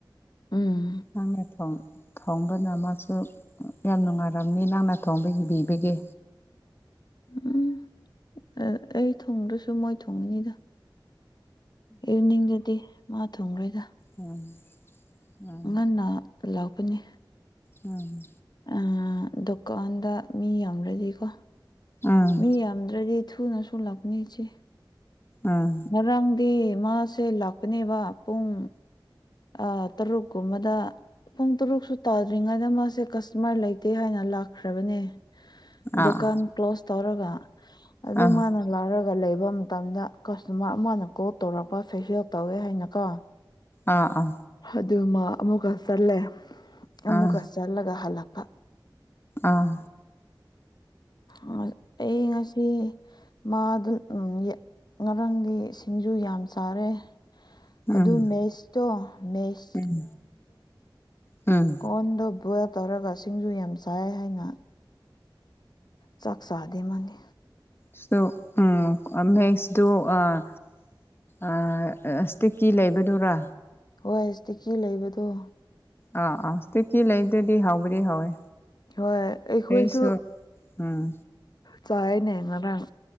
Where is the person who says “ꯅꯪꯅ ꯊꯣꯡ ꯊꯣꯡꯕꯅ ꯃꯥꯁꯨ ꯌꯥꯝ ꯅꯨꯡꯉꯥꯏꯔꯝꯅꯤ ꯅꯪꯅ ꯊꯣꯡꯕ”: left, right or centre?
Left